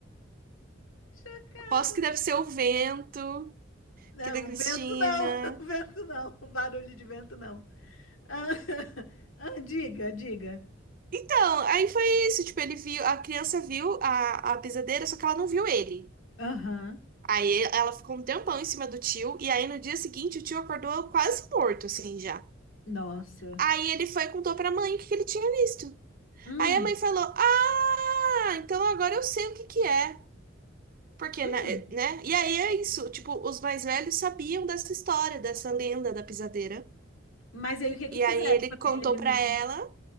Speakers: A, on the left; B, on the right.
A: Chocada.
B: Aposto que deve ser o vento.
A: Não,
B: que da Cristina.
A: o vento não, <laughs> o vento não, o barulho de vento não. Ah, <laughs> ah, diga, diga.
B: Então, aí foi isso, tipo, ele viu, a criança viu a, a pisadeira, só que ela não viu ele.
A: Aham,
B: Aí ela ficou um tempão em cima do tio, e aí no dia seguinte o tio acordou quase morto, assim, já.
A: Nossa.
B: Aí ele foi e contou pra mãe o que que ele tinha visto.
A: Hum,
B: Aí a mãe falou, ah, então agora eu sei o que que é. Porque,
A: hum.
B: né? é, né? E aí é isso, tipo, os mais velhos sabiam dessa história, dessa lenda da pisadeira.
A: Mas aí o que é que
B: E
A: fizeram
B: aí ele
A: para
B: contou
A: ele
B: pra
A: não,
B: ela,